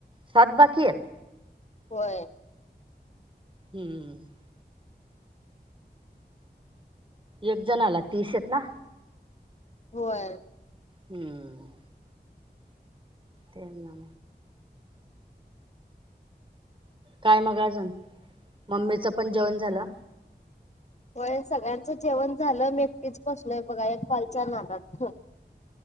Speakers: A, on the right (about 30°); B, on the left (about 40°).
A: सात बाकी आहेत.
B: होय.
A: हम्म. एक जनाला तीस आहेत ना
B: होय.
A: हम्म. ते ना काय मग अजून मम्मीच पण जेवण झालं.
B: होय सगळ्यांचं जेवण झालं मी एकटीच बसलोय बघा या एक कॉलच्या नादात